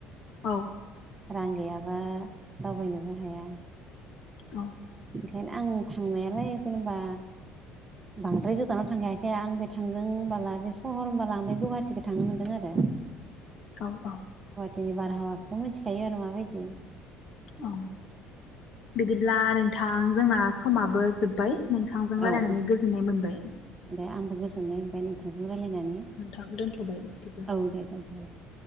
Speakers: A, on the left (about 55°); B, on the right (about 15°).
A: औ
B: रां गैयाबा दावबायनोबो हाया।
A: औ
B: ओंखायनो आं थांनायालाय जेनेबा बांद्राय गोजानाव थांखायाखै आं बे थांदों होनबोला बे सहर होनबोला आं बे गुहाटिखौ थांनो मोनदों आरो।
A: औ औ।
B: टिनि बारहावाखौथ' मिथिखायो आरो माबायदि?
A: औ बिदिब्ला नों थां जोंना समाबो जोब्बाय नोंथांजों
B: औ
A: रायलायनानै
B: औ
A: गोजोननाय मोनबाय।
B: दे आंबो गोजोननाय मोनबाय नोंथांजों रायलायनानै
A: नोंथां दोनथ'बाय बिदिब्ला।
B: औ दे दोनथ'बाय दे।